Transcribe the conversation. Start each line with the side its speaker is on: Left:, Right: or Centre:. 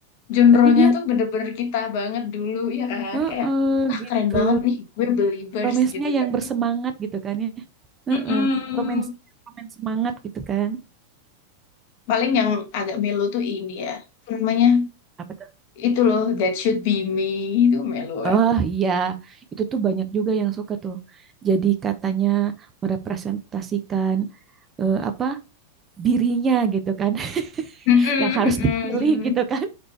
Left: genre-nya
Right: Tapi dia
Left: tuh bener-bener kita banget dulu ya kan
Right: heeh
Left: kayak wah
Right: gitu.
Left: keren banget nih gue believers
Right: Romance-nya
Left: gitu
Right: yang
Left: kan.
Right: bersemangat gitu kan ya. Heeh.
Left: Mm-mm.
Right: Romance, romance semangat gitu kan.
Left: Paling yang agak melo tuh ini ya. Apa Namanya
Right: Apa
Left: itu loh That Should Be Me itu melu kan
Right: Oh iya, itu tuh banyak juga yang suka tuh. Jadi katanya merepresentasikan eh, apa dirinya gitu kan, <laughs>
Left: Mm-mm,
Right: yang harus
Left: mm-mm,
Right: dipilih gitu kan.